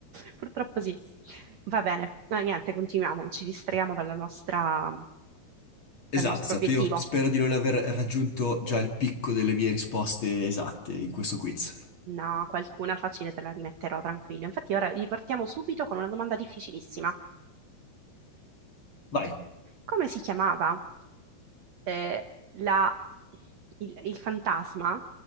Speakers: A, on the right; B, on the left.
A: purtroppo sì. Va bene, no, niente, continuiamo, non ci distraiamo dalla nostra,
B: Esatto,
A: dal nostro
B: esatto,
A: obiettivo.
B: io spero di non aver raggiunto già il picco delle mie risposte esatte in questo quiz.
A: No, qualcuna facile te la rimetterò tranquillo. Infatti, ora ripartiamo subito con una domanda difficilissima.
B: Vai.
A: Come si chiamava eh, la- il, il fantasma